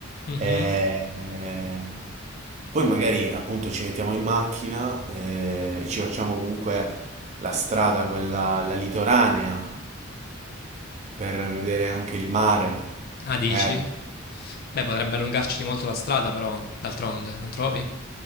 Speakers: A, on the left; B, on the right.
A: Mhm.
B: E, eh, poi magari appunto ci mettiamo in macchina eh, e ci facciamo comunque la strada, quella, la litoranea, per vedere anche il mare,
A: Ah, dici?
B: magari.
A: Beh, potrebbe allungarci di molto la strada, però, d'altronde, non trovi?